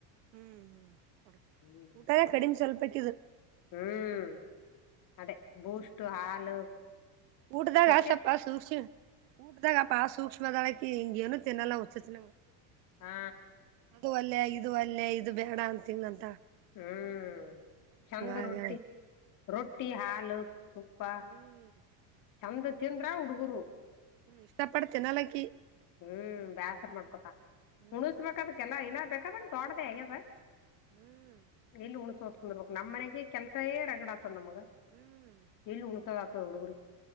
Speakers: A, on the right; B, on the left.
A: ಹ್ ಹ ಕೊಡ
B: ಹ್ಮ್
A: ಊಟ ಕಡಿಮೆ ಸ್ವಲ್ಪಕ್ಕು
B: ಹ್ಮ್ ಅದೇ ಬೂಸ್ಟ್ ಹಾಲು
A: ಊಟದಾಗ
B: ತೆಗ್ದಿಟ್
A: ಆಸಪ್ಪ ಸೂಕ್ಷ್ಮ ಊಟದಾಗಪ್ಪ ಆ ಸೂಕ್ಷ್ಮದಾಳಕ್ಕೆ ಹಿಂಗ ಏನುೂ ತಿನ್ನಲ್ಲ ಹಸತ್ಂಗಗೆ
B: ಹಾ
A: ಅದು ಅಲ್ಲೇ ಇದು ಅಲ್ಲೇ ಇದು ಬೇಡ ಅಂತಂತ
B: ಹ್ಮ್ ಚಂದ
A: ಆಗ್ಯಾಳ
B: ರೊಟ್ಟಿ
A: ಆಕಿ
B: ರೊಟ್ಟಿ ಹಾಲು ತುಪ್ಪ
A: ಹ್ಮ್
B: ಚಂದ ತಿಂದ್ರ ಹುಡುಗರು
A: ಇಷ್ಟಪಡ ತಿನ್ನಲಿಕ
B: ಹ್ಮ್ ಬೇಸರ ಮಾಡ್ಕೊತಾ
A: ಹ್ಮ್
B: ಹುಣಸಬೇಕದಕ್ಕೆಲ್ಲ ಏನ ಬೇಕಾದಂಗ ತೋಡ್ದೇ ಹೇಗಾದ.
A: ಹ್ಮ
B: ಎಲ್ಲಿ ಉಣ್ಸೋದು ತಂದ್ರ್ಬೇಕು ನಮ್ಮ್ನೆಗೆ ಕೆಲ್ಸೇ ಏ ರಗಡ <unintelligible> ನಮಗೆ
A: ಹ್ಮ್
B: ಎಲ್ಲಿ ಉಳಸದ ಆತದ ಹುಡುಗರಿಗೆ.